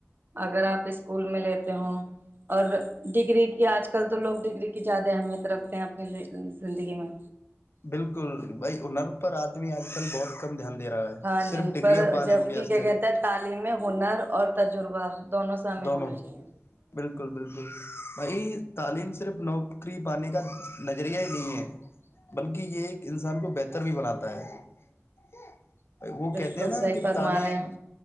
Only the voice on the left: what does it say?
بالکل بائی اننر پر آدمی آج کل بہت کم دھیان دے رہا ہے
صرف
ڈگریاں
پانے
میں
وست
دونوں
بالکل بالکل بائی تعلیم صرف نوکری پانے کا نظریہ ہی نہیں ہے بلکہ یہ ایک انسان کو بہتر بھی بناتا ہے وہ
کہتے ہیں نا
کہ
تعلیم